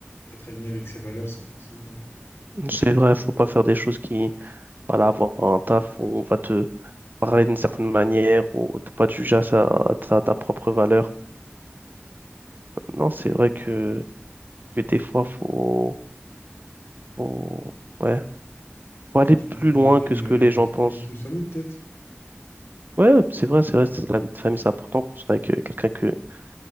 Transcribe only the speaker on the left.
être aligné avec ses valeurs, ses principes. hein.
Tu t'imagines
avec
une,
euh,
avec,
avec une famille, peut-être?